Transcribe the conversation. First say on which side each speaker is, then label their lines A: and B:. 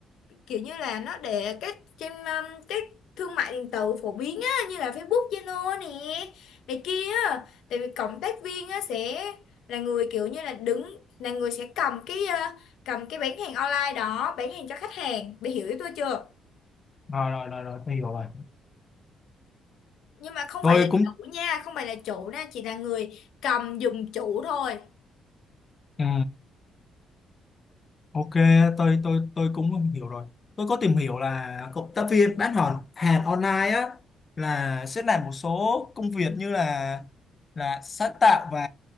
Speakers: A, on the left (about 80°); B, on the left (about 35°).
A: kiểu như là nó để các trên um, các thương mại điện tử phổ biến á như là Facebook, Zalo nè này kia á tại vì cộng tác viên á sẽ là người kiểu như là đứng là người sẽ cầm cái ờ, cầm cái bán hàng online đó bán hàng cho khách hàng bị hiểu ý tôi chưa
B: Rồi rồi rồi rồi, tôi hiểu rồi.
A: nhưng mà không
B: Tôi
A: phải là
B: cũng
A: chủ nha không phải là chủ nha chỉ là người cầm dùng chủ thôi
B: ừ. Ok, tôi tôi tôi cũng hiểu rồi. Tôi có tìm hiểu là cộng tác viên bán hàng hàng online á là sẽ làm một số công việc như là là sáng tạo và